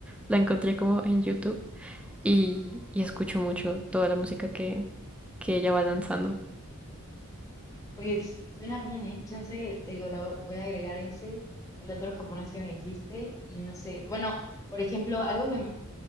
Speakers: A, in the centre; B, on the left.
A: La encontré como en YouTube y, y escucho mucho toda la música que, que ella va lanzando.
B: Pues suena bien, ¿eh? Chance, te digo, la vo- voy a agregar ese, el otro japonés que me dijiste y no sé. Bueno, por ejemplo, algo que